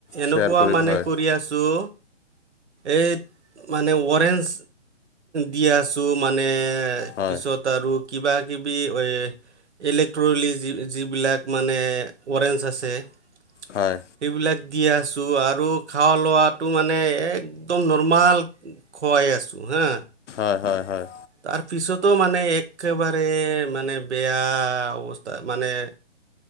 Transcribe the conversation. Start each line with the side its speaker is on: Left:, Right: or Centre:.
Right: এনেকুৱা
Left: শ্বেয়াৰ কৰিম
Right: মানে
Left: হয়
Right: কৰি আছোঁ। এই মানে ৱাৰেঞ্চ দি আছোঁ মানে এ
Left: হয়
Right: পিছত আৰু কিবা-কিবি এই ইলেক্ট্ৰলি যি যিবিলাক মানে ৱাৰেঞ্চ আছে এইবিলাক
Left: হয়
Right: দি আছোঁ আৰু খোৱা লোৱাটো মানে একদম নৰ্মাল খোৱাই আছোঁ হা।
Left: হয়, হয়, হয়।
Right: তাৰপিছতো মানে একেবাৰে মানে বেয়া অৱস্থা মানে এ